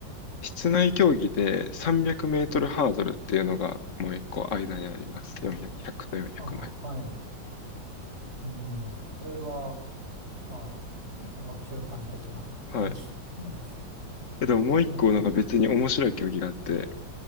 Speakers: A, on the left (about 40°); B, on the right (about 35°).
A: 室内競技で300メートルハードルっていうのがもう一個間にあります。400と400の間。
B: ああ、はい。うん、それは、まあ、その中間的な感じなんです。
A: はい。え、でももう一個なんか別に面白い競技があって、
B: はい。